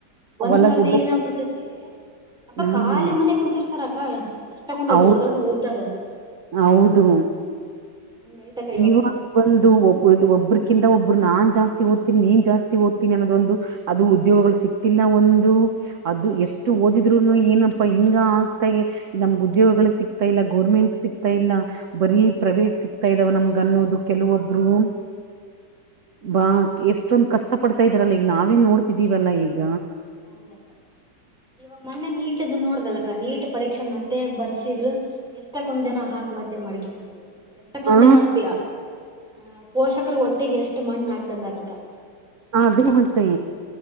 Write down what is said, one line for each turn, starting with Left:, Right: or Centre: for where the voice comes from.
Centre: ಒಂದ್
Right: ಒಲಗ
Centre: ಸರ್ದಿ
Right: ಒಬ್ಬ
Centre: ಏನಾಗಗ್ಬಿಡ್ತತಿ. ಅಕ್ಕ
Right: ಹ್ಮ
Centre: ಖಾಲಿ ಮನೆ ಕುಂತಿರ್ತಾರ ಅಕ್ಕ ಎಷ್ಟ ಕುಂದ
Right: ಹೌದ್
Centre: ದೊಡ್ಡ ದೊಡ್ಡ ಓದ್ದಾರ.
Right: ಹೌದು
Centre: ಹಂಗೈತಕ್ಕ
Right: ಇವಾಗ
Centre: ಪರಿಸ್ಥಿತಿ
Right: ಬಂದು ಒ ಒ ಒಬ್ರಕಿಂತ ಒಬ್ಬರು ನಾ ಜಾಸ್ತಿ ಓದ್ತಿನನಿ ನೀನ್ ಜಾಸ್ತಿ ಓದ್ತಿನಿನ್ನೋದೊಂದು. ಅದು ಉದ್ಯೋಗಗಳು ಸಿಕ್ತಿಲ್ಲ ಒಂದು ಅದು ಎಷ್ಟು
Centre: ಹೌದಕ್ಕ
Right: ಓದಿದ್ರುನು ಏನ ಹಿಂಗ ಆಗ್ತಾ ನಮ್ಗ ಉದ್ಯೋಗಗಳು ಸಿಕ್ತಾ ಇಲ್ಲ ಗೋರ್ಮೆಂಟ್ ಸಿಗ್ತಾ ಇಲ್ಲ. ಬರೀ ಪ್ರೈವೇಟ್ ಸಿಕ್ತಾ ಇದಾವ ನಮ್ಗ ಅನ್ನೋದು ಕೆಲವೊಬ್ರು. ಬಾ ಎಷ್ಟೊಂದ್ ಕಷ್ಟ ಪಡ್ತಾ ಇದ್ದೀರಲ್ಲ ಈಗ ನಾವೇ ನೋಡ್ತಿದೀವಲ್ಲಾ ಈಗ
Centre: ಹೌದಕ್ಕ ಇವಾಗ ಮೊನ್ನೆ ನೀಟ್ದ ನೋಡ್ದಲಕ್ಕ ನೀಟ್ ಪರೀಕ್ಷೆ ಮತ್ತೆ ಬರ್ಸಿದ್ರು ಎಷ್ಟಕ್ಕೊಂದ್ ಜನ ಆತ್ಮಹತ್ಯೆ ಮಾಡ್ಕೊಂಡರು ಎಷ್ಟಕ್ಕೊಂದ್
Right: ಹಾ
Centre: ಜನ ಅ ಪ ಆ ಪೋಷಕರು ಒಟ್ಟಿಗೆ ಎಷ್ಟು ಮಣ್ ಆಕ್ದಂಗ್ ಅತಕ್ಕ
Right: ಅದೇ ಮತ್ತೆ